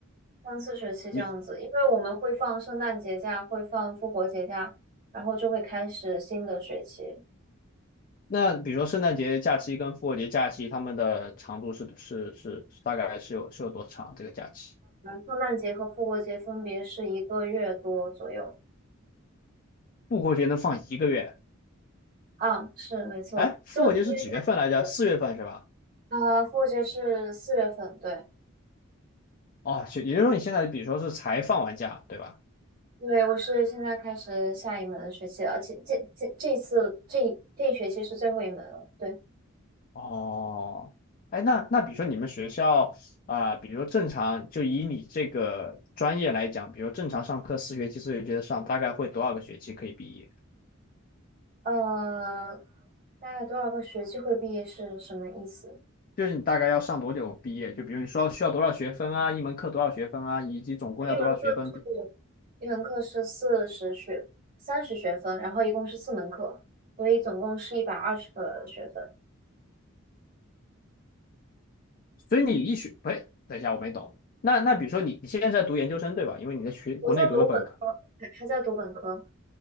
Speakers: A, on the right; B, on the left.
A: 三四学期这样子，
B: 你
A: 因为我们会放圣诞节假，会放复活节假，然后就会开始新的学期。
B: 那比如说圣诞节假期跟复活节假期，他们的长度是是是是大概是有是有多长？这个假期
A: 圣诞节和复活节分别是一个月多左右。
B: 复活节能放一个月？
A: 啊，是没错，
B: 哎，复活节是几月份来着？
A: 就我们这边下学期
B: 四月份是吧？
A: 呃，复活节是四月份，对，
B: 哦，就也就是说你现在比如说是才放完假，对吧？
A: 因为我是现在开始下一门学期了，而且这这这次这这一学期是最后一门了，对，
B: 哦，哎，那那比如说你们学校啊、比如正常就以你这个专业来讲，比如正常上课四学期四学期的上，大概会多少个学期可以毕业？
A: 呃，大概多少个学期会毕业是什么意思？
B: 就是你大概要上多久毕业？就比如你说需要多少学分啊，一门课多少学分啊，以及总共要多少学分比？
A: 一门课是。一门课是四十学三十学分，然后一共是四门课，所以总共是一百二十个学分。
B: 所以你一学，哎，等一下，我没懂。那那比如说你你现在在读研究生对吧？因为你在学国内读了本科，
A: 我在读本科，还还在读本科。